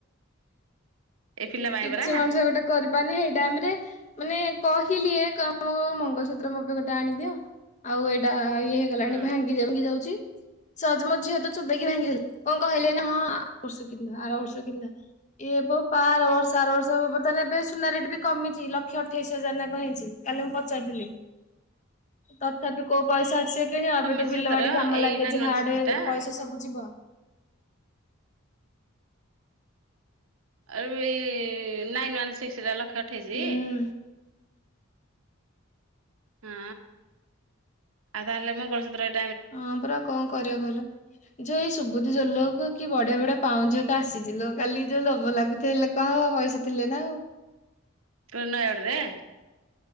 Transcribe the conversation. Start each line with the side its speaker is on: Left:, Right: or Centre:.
Right: ଏ ପିଲା ପାଇଁ
Left: କିଛି
Right: ପରା।
Left: ମଣିଷ ଗୋଟେ କରିପାରୁନି ସେଇ ଟାଇମ ରେ ମାନେ କ ି କ ମଙ୍ଗଳସୂତ୍ର ମପଙ୍ଗଟା ଆଣିଦିଅ ଆଉ ଏଇଟା ଆଉ ଇ ହେଇଗଲାଣି
Right: ହୁଁ
Left: ଭାଙ୍ଗି ଯାଉଛି। ସଜମ ଝିଅ ତ ଚୋବେଇକି ଭାଙ୍ଗିଲା କଣ କହିଲେ ନାଁ ଆର ବର୍ଷ କିନ୍ ଆର ବର୍ଷ କିନ୍ ଦବା। ଏବ ପାର ବର୍ଷ ସାର ବର୍ଷ ବର୍ତ୍ତମାନ ଏବେ ସୁନା ଟ ବି କମିଛି ଲକ୍ଷ ଅଠେଇଶ ହଜାର ନଙ୍କ ହେଇଛି କାଲି ମୁଁ ପଚାରଥିଲି। ତଥାପି କୋଉ ପଇସା ଅଛି ଯେ କିଣି ଏବେ
Right: କମିଛି
Left: ତ ବିଲ
Right: ସତର
Left: ବାଡି କାମ
Right: ଏଇ
Left: ଲାଗେଛି
Right: ନାଇନ ୱାନ
Left: ହାଡେ
Right: ସିକ୍ସ ଟା
Left: ପଇସା ସବୁ ଯିବ।
Right: ଆରୁ ଏଇ ନାଇନ୍ ୱନ୍ ସିକ୍ସରେ ଲକ୍ଷେ ଅଠେଇଶ।
Left: ହୁଁ।
Right: ହଁ ଆଉ ତାହାଲେ ମଗଳସୁତ୍ର
Left: ହଁ ପରା କଣ କରିବା କହିଲ ଯୋଉ ଏଇ ସୁବୁଧି ଜୁଏଲର କୁ କି ବଢିଆ ବଢିଆ ପାଉଁଜି ଆସିଚି ଲୋ କାଲି ଯୋଉ ଲୋଭ ଲାଗୁ ଥାଏ ହେଲେ ପଇଷା ଥିଲେ ନା ଆଉ।
Right: <unintelligible>